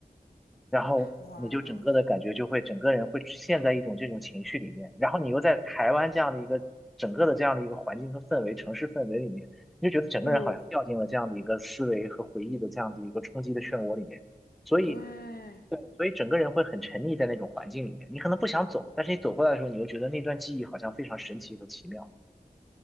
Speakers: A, in the centre; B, on the left (about 80°).
A: 然后你就整个的感觉就会，
B: 哇，
A: 整个人会陷在一种这种情绪里面，然后你又在台湾这样的一个整个的这样的一个环境和氛围、城市氛围里面，你就觉得整个人好像掉进了这样的一个思维和回忆的这样的一个冲击的漩涡里面，
B: 嗯，
A: 所以。
B: 对，
A: 对，所以整个人会很沉溺在那种环境里面，你可能不想走，但是你走过来的时候，你又觉得那段记忆好像非常神奇和奇妙。